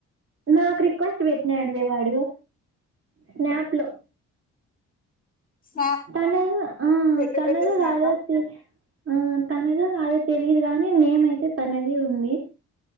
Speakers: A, on the right; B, on the left.
A: నాకు రిక్వెస్ట్ పెట్టినాడువేవాడు స్నాప్ లో
B: స్నాప్
A: తనదో ఆ
B: పెట్టు
A: తనదో
B: పెట్టు స్నాపా
A: కాదో చూస్ ఆ తనదో కాదో తెలియదు గాని నేమయితే తనది ఉంది